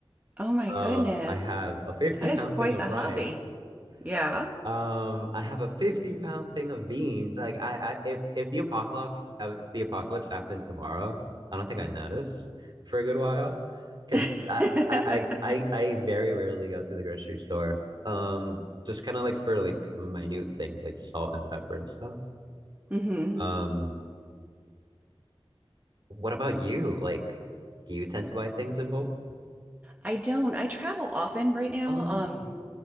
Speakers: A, on the right; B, on the right.
A: Oh my goodness.
B: Um, I have a 50
A: That
B: pound
A: is quite
B: thing of
A: the
B: rice.
A: hobby. Yeah.
B: Um, I have a 50 pound thing of beans. Like I, I if if the apocalypse uh, if the apocalypse happened tomorrow, I don't think I notice for a good while. Because
A: <laughs>
B: I, I <laughs> I I I very rarely go to the grocery store. Um, just kind of like for like minute things like salt and pepper and stuff.
A: hmm
B: Um, what about you? Like, do you tend to buy things in bulk?
A: I don't. I travel often right now.
B: Oh,
A: Um,